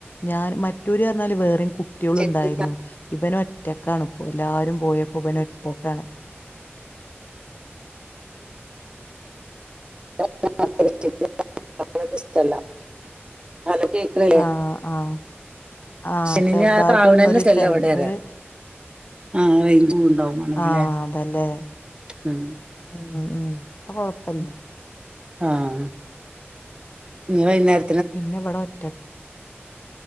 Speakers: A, on the left; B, on the right.
A: ഞാന് മറ്റൊര് അർഞ്ഞാ വെ <inaudible> കുട്ട്യോള്
B: ശനി
A: ഉണ്ടായിരുന്നു ഇവന് ഒ ഒറ്റക്കാണ് ഇപ്പോ എല്ലാരും പോയപ്പോ ഇവന് പോക്കാണ്
B: <unintelligible> ഹലോ കേക്കണില്ലേ
A: ആഹ് ആഹ് ആഹ
B: ശനി
A: ചെറുതായിട്ടൊന്നരു
B: ഞായറും ആവണന്നെ ഇഷ്ടല്ല
A: ചരം
B: ഇവിടെ പറയാ
A: ഒരു
B: ആഹ് റേഞ്ച് ഉണ്ടാവും വേണെങ്കിലേ
A: ആഹ അതല്ലേ
B: ഉം
A: ഉം ഉം അപ്പൊ കൊഴപ്പല്ലേ
B: ആഹ ന വൈന്നേര
A: പിന്നെ ഇവിടെ ഒറ്റ